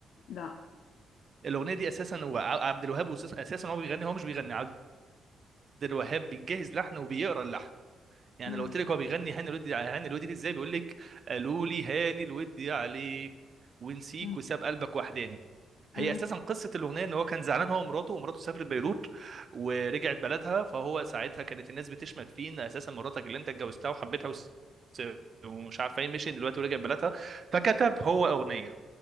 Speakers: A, on the left; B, on the right.
A: لا
B: الاغنيه دي اساسا هو ع- عبد الوهاب أساس- اساسا هو بيغني هو مش بيغني عبد الوهاب بيجهز لحن وبيقرا اللحن يعني
A: مم.
B: لو قلت لك هو بيغني هاني الودي هاني الودي دي ازاي بيقول لك قالوا لي هاني الودي عليك ونسيك
A: مم.
B: وساب قلبك وحداني هي
A: مم.
B: اساسا قصه الاغنيه ان هو كان زعلان هو ومراته ومراته سافرت بيروت ورجعت بلدها فهو ساعتها كانت الناس بتشمت فيه ان اساسا مراتك اللي انت اتجوزتها وحبيتها وس- ومش عارفه ايه مشي دلوقتي ورجعت بلدها فكتب هو اغنيه